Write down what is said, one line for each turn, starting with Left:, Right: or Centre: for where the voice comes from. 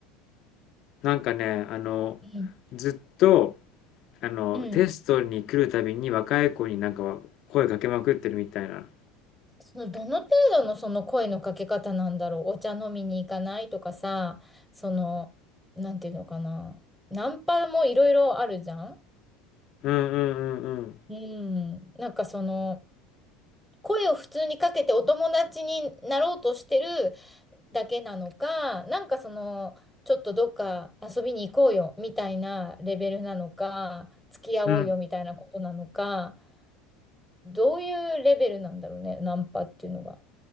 Left: う。なんかね、あの、
Centre: うん
Left: ずっと、あの、
Centre: うん。
Left: テストに来るたびに若い子になんか声かけまくってるみたいな。
Centre: そのどの程度のその声のかけ方なんだろう。お茶飲みに行かないとかさ、その、なんていうのかな。ナンパもいろいろあるじゃん
Left: うんうんうん
Centre: うん。なんかその、声を普通にかけてお友達になろうとしてるだけなのか、なんかその、ちょっとどっか遊びに行こうよみたいなレベルなのか、付き合おうよみたいなことなのか、
Left: うん。
Centre: どういうレベルなんだろうね、ナンパっていうのが。